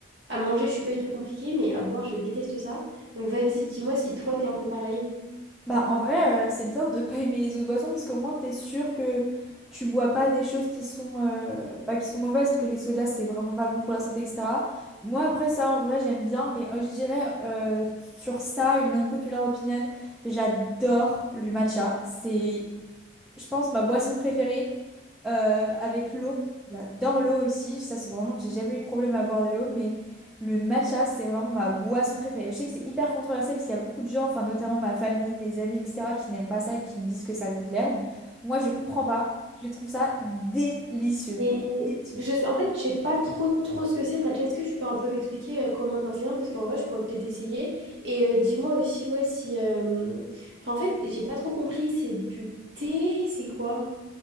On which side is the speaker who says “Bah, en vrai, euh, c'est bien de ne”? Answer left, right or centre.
Centre